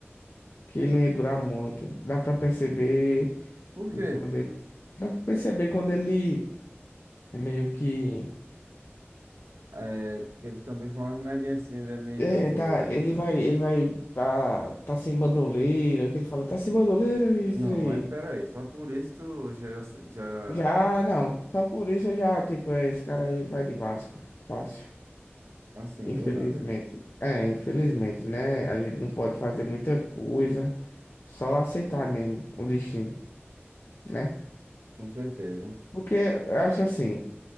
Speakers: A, on the left; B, on the right.
A: que ele não ia durar muito. Dá pra perceber
B: Por quê?
A: quando ele. Dá pra perceber quando ele meio que.
B: É, porque ele também foi uma remédio assim, ele é meio...
A: É, tá, ele vai, ele vai, tá tá sem bandoleira, que ele fala, tá sem bandoleira, Mistrei?
B: Não, mas pera aí só por isso tu já, já,
A: Já, não, tá por isso eu já, tipo, é, esse cara aí, ele vai de Vasco, fácil,
B: assim,
A: infelizmente.
B: do nada.
A: É, infelizmente, né, a gente não pode fazer muita coisa, só aceitar mesmo o destino, né?
B: Com certeza.
A: Porque eu acho assim,